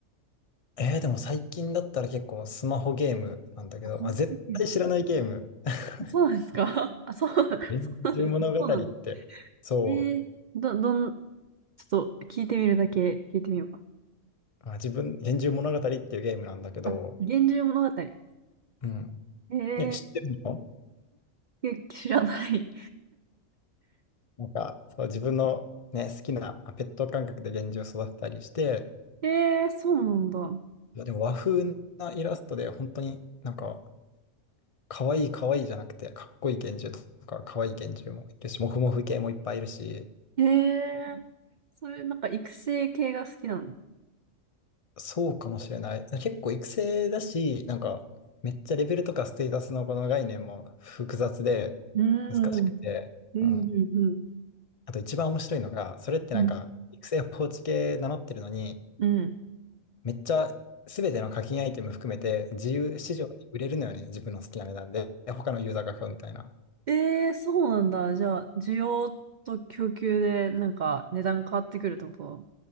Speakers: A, on the left (about 40°); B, on the right (about 75°).
A: えー、でも最近だったら結構スマホゲームなんだけど、
B: あそういうゲーム
A: まあ、絶対知らないゲーム。<laughs>
B: そうなんですか <laughs> あ、そう、そう
A: 幻獣物語って、
B: なんですかそうなの
A: そ
B: えー、ど、どん、ちょっと聞いてみるだけ聞いてみようか。
A: う、まあ、自分、幻獣物語っていうゲームなんだけど、
B: あ、源氏物語。え
A: うん。
B: ー、
A: ね知ってるの
B: え知らない。
A: なんか、そう、自分のね、好きなあペット感覚で幻獣を育てたりして、
B: えー、そうなんだ。
A: いや、でも和風なイラストで、本当になんか、可愛い可愛いじゃなくて、かっこいい幻獣とか、可愛い幻獣もいるし、モフモフ系もいっぱいいるし、
B: えー、そういうなんか育成系が好きなの。
A: そうかもしれない。結構育成だし、なんか、めっちゃレベルとかステータスのこの概念も複雑で、
B: うーん、
A: 難しくて、
B: うん、うん、
A: うん。
B: うん、
A: あと一番面白いのが、それってなんか、
B: うん、
A: 育成放置系名乗ってるのに、
B: うん。
A: めっちゃ、すべての課金アイテム含めて自由市場に売れるのよね、自分の好きな値段で、他のユーザーが買うみたいな。
B: えー、そうなんだ。じゃあ、需要と供給でなんか値段変わってくるってこと